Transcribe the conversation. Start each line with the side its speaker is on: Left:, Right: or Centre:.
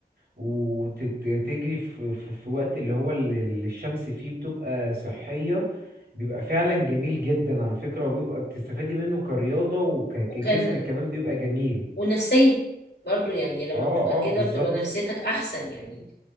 Right: وتجري في... في في وقت اللي هو ال- ال- الشمس فيه بتبقى صحية بيبقى فعلا جميل جدا على فكرة وبيبقى بتستفادي منه كرياضة وكجسم
Left: وكان
Right: كمان بيبقى جميل
Left: ونفسيه برضو يعني لما
Right: اه
Left: بتبقى
Right: اه
Left: كده
Right: بالظبط
Left: بتبقى نفسيتك احسن يعني